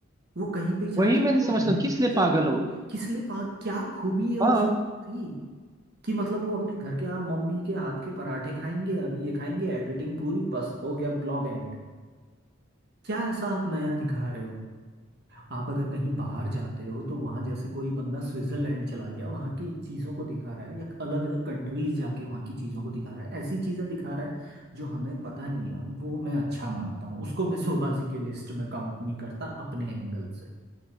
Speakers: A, on the right; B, on the right.
A: वो कहीं पे जाता
B: वही
A: है
B: मैंने
A: तो
B: समझता
A: भीड़
B: किस
A: लग
B: लिए
A: जाती
B: पागल हो
A: है किस लिए पाग क्या खूबी है उसमें
B: हाँ
A: सी कि मतलब वो अपने घर के आप मम्मी के हाथ के पराठे खाएंगे अभी ये खाएंगे एडिटिंग पूरी बस हो गया ब्लॉग एंड क्या ऐसा आप नया दिखा रहे हो आप अगर कहीं बाहर जाते हो तो वहाँ जैसे कोई बंदा स्विट्जरलैंड चला गया वहाँ की चीज़ों को दिखा रहा है या अलग अलग कंट्रीज जाके वहाँ की चीज़ों को दिखा रहा है ऐसी चीज़ें दिखा रहा है जो हमें पता नहीं है वो मैं अच्छा मानता हूँ उसको मैं शोबाजी की लिस्ट में काउंट नहीं करता अपने एंगल से